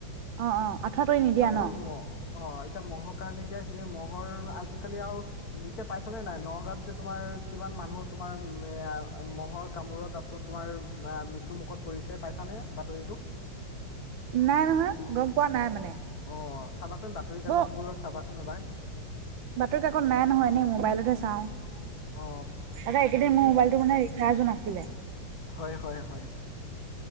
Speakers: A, on the right; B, on the left.
A: অ', অ', আঠুৱা তৰি নিদিয়া
B: তামাম
A: ন?
B: ম'হ। অ' এতিয়া ম'হক এতিয়া কি ম'হৰ আজিকালি আও, এতিয়া পাইছানে নাই নগাঁৱত যে তোমাৰ কিমান মানুহ তোমাৰ এ আ ম'হৰ কামোৰত আপ তোমাৰ আ মৃত্যু মুখত পৰিছে পাইছানে বাতৰিটো?
A: নাই নহয়, গম পোৱা নাই মানে
B: অ চাবাচোন বাতৰি কাকতবোৰত
A: ব
B: চাবাচোন এবাৰ
A: বাতৰি কাকত নাই নহয়, এনেই মোবাইলতহে চাওঁ।
B: অ
A: তাতে এইকেইদিন মোৰ
B: উম
A: মোবাইলটো মানে ৰিচাৰ্জো নাছিলে
B: হয় হয় হয়